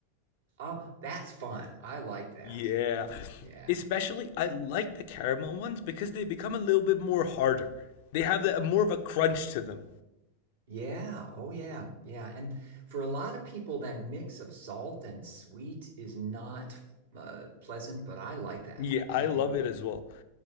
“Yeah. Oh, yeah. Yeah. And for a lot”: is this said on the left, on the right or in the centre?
Right